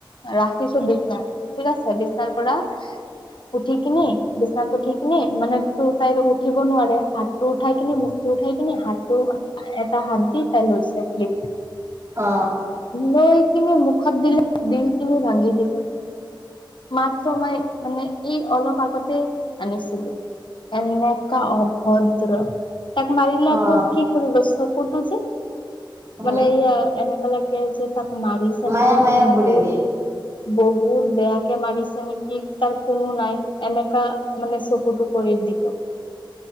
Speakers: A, on the left; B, on the right.
A: ৰাখিছো বিছনা ঠিক আছে বিছনাৰ পৰা উঠি কিনি বিচনাত উঠি কিনি মানে তোৰ তাই উ উঠিব নোৱাৰে হাতটো উঠাই কিনি মুখটো উঠাই কিনি হাতটো এটা হাত দি তাই লৈছে ক্লিপ
B: অ
A: লৈ কিনি মুখত দিলে দি কিনি ভাঙি দিলে মাত্ৰমই মানে। এই অলপ আগতে আনিছিলোএনেকা অভদ্ৰ তাক মাৰি লে
B: অ
A: আকৌ কি কৰিব চকুতো যে
B: উম
A: মানে এয়া এনেকুৱা লাগে যে তাক মাৰিছে
B: মায়া
A: নেকি
B: মায়া
A: কোনো
B: কৰি
A: বহুত
B: দিয়ে
A: বহুত বেয়াকে মাৰিছে নেকি তাৰ কোনো নাই এনেকা মানে চকুটো কৰি দিব